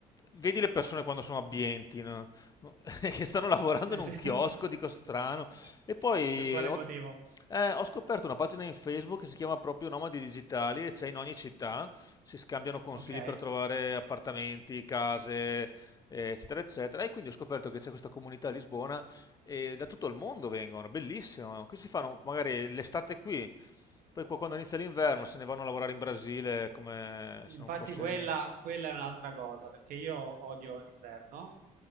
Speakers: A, on the left; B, on the right.
A: vedi le persone quando sono abbienti, no? <laughs> che stanno lavorando
B: Eh
A: in
B: sì.
A: un chiosco, dico strano,
B: <laughs>
A: e poi
B: Per quale
A: ho
B: motivo?
A: eh, ho scoperto una pagina in Facebook che si chiama proprio Nomadi Digitali e c'è in ogni città, si scambiano consigli
B: Ok.
A: per trovare appartamenti, case, eh, eccetera, eccetera. E quindi ho scoperto che c'è questa comunità a Lisbona e da tutto il mondo vengono, bellissimo. Qui si fanno magari l'estate qui, poi qua quando inizia l'inverno se ne vanno a lavorare in Brasile come se
B: Infatti
A: non fosse
B: quella,
A: niente.
B: quella è un'altra cosa, perché io odio l'inverno.